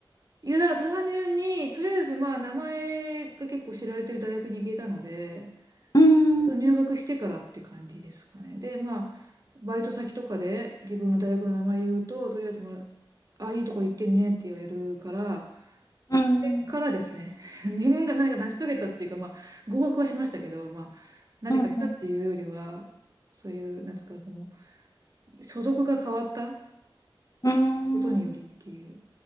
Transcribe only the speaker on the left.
うーん、
う
ーん、
うん、
うん、
うーん、